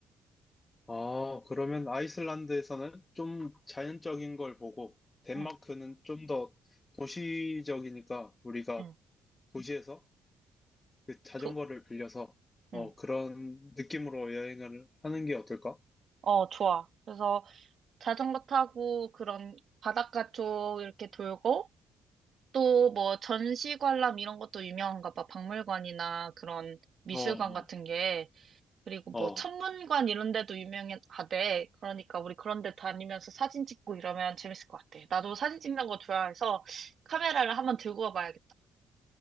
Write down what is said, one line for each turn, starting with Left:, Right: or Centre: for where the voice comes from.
Left: 아, 그러면 아이슬란드에서는 좀 자연적인 걸 보고 덴마크는
Right: 응,
Left: 좀 더 도시적이니까 우리가
Right: 응,
Left: 도시에서 그 자전거를
Right: 도,
Left: 빌려서 어
Right: 응.
Left: 그런 느낌으로 여행을 하는 게 어떨까?
Right: 어, 좋아. 그래서 자전거 타고 그런 바닷가 쪽 이렇게 돌고 또 뭐 전시관람 이런 것도 유명한가 봐. 박물관이나 그런 미술관
Left: 어,
Right: 같은 게. 그리고
Left: 어,
Right: 뭐 천문관 이런 데도 유명하대. 그러니까 우리 그런 데 다니면서 사진 찍고 이러면 재밌을 것 같아. 나도 사진 찍는 거 좋아해서 카메라를 한번 들고 와봐야겠다.